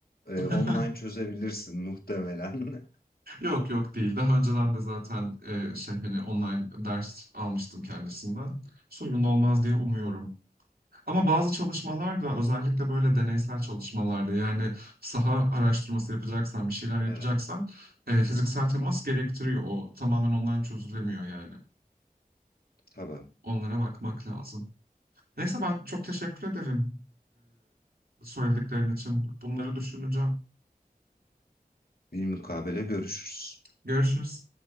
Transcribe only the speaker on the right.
<laughs>
Yok yok değil. Daha önceden de zaten e, şey hani online ders almıştım kendisinden. Sorun olmaz diye umuyorum. Ama bazı çalışmalar da özellikle böyle deneysel çalışmalarda yani saha araştırması yapacaksan bir şeyler yapacaksan
e, fiziksel temas gerektiriyor. O tamamen online çözülemiyor yani.
Onlara bakmak lazım. Neyse ben çok teşekkür ederim e, söylediklerin için. Bunları düşüneceğim.
Görüşürüz.